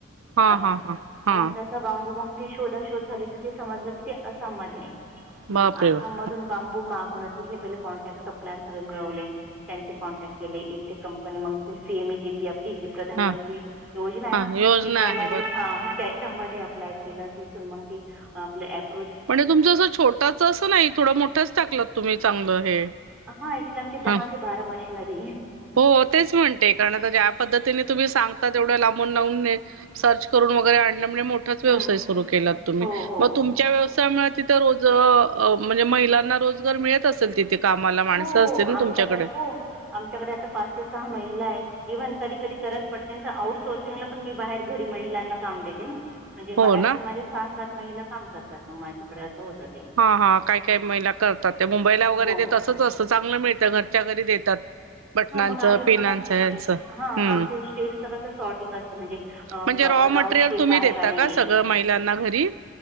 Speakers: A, on the right; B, in the centre.
A: हा
B: असं.
A: हा हा हा
B: तर मग- बांबू मंग ती शोधा शोध झाली तर ते समजलं की ते आसामध्ये ए. मग
A: बापरे
B: आसाम
A: बाप
B: म - बांबू मागवण तिथले पहिले कॉन्टॅक्ट सप्लायर सगळे मिळवले. त्यांचे कॉन्टॅक्ट केले. इथली कंपनी मग ते C M E G P आपली ही जी - प्रधानमंत्री
A: हा
B: योजना आहे
A: हा
B: ना?
A: योजना
B: तिच्यामध्ये,
A: आहे बर
B: हां. - च्या मधे ऍप्लाय केला. तिथून मग ती आपल्या ऍप-
A: पण हे तुमचं असं छोटच असं नाही. थोड मोठंच टाकलत तुम्ही चांगलं हे.
B: हां. ऍक्च्युली आमची दहा
A: हा
B: ते बारा मशिनरी ए.
A: हो. तेच म्हणते कारण आता - पद्धतीने तुम्ही सांगता तेवढ्या लांबून लावून सर्च करून वगैरे आणल म्हणजे मोठं - -ठाच व्यवसाय
B: हां
A: सुरू केला तुम्ही.
B: हो हो
A: मग तुमच्या वेळेस- तिथ रोज, म्हणजे महिलांना रोजगार मिळत- तिथे कामाला माणसं
B: हो हो
A: असतील ना
B: आमच्याकडे
A: तुमच्याकडे?
B: हो आमच्याकडे आता पाच ते सहा महिला ए. इव्हन कधी कधी गरज पडते ना तर आउटसोर्सिंगला पण मी बाहेर घरी महिलांना काम देते ना? म्हणजे
A: हो
B: बाहेर
A: ना
B: पण माझे सहा सात महिला काम करतात मग माझ्याकडे असं होत.
A: हा. हा. काय काय महिला करतात ते. मुंबईला वगैरे
B: हो
A: ते तसंच असतं. चांगलं मिळतं घरच्या घरी देतात. बटणांचं
B: हो. मग आम्ही
A: पिनांचं
B: पण आमच्या स्टेप्स,
A: ह्यांचं
B: हा.
A: हम्म
B: आमच्या स्टेपच कसं शॉर्टिंग असत म्हणजे- आं.
A: म्हणजे
B: proper
A: raw material
B: round shape
A: तुम्ही
B: आहे
A: देता
B: का नाही ए?
A: सगळं महिलांना घरी